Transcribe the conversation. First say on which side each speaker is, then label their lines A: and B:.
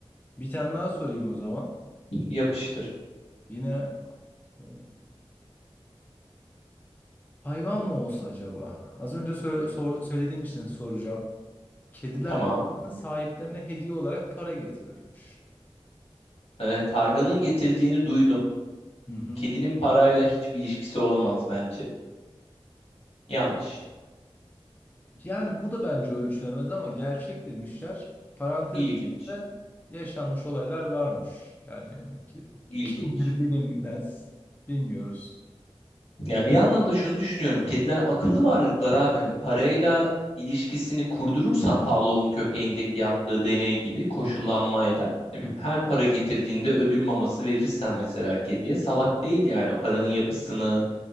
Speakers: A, on the left (about 15°); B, on the left (about 80°).
A: Bir tane daha sorayım o zaman.
B: Yapıştır.
A: Yine e, Hayvan mı olsa acaba? Az önce sö- sor- söylediğin için soracağım. Kediler
B: Tamam.
A: sahiplerine hediye olarak para getirirmiş.
B: Ee, karganın getirdiğini duydum.
A: Hı hı.
B: Kedinin parayla hiçbir ilişkisi olamaz bence. Yanlış.
A: Yani bu da bence ölçülemez ama gerçek demişler. Parantez
B: İlginç.
A: içinde yaşanmış olaylar varmış. Yani ki-
B: İlginç.
A: kimdir bilinmez. Bilmiyoruz.
B: Ya bir yandan da şunu düşünüyorum. Kediler akıllı varlıklar abi. Hani parayla ilişkisini kurdurursan Pavlov'un köpeğindeki yaptığı deney gibi koşullanmayla ne bileyim
A: Hı hı.
B: her para getirdiğinde ödül maması verirsen mesela kediye salak değil yani o paranın yapısını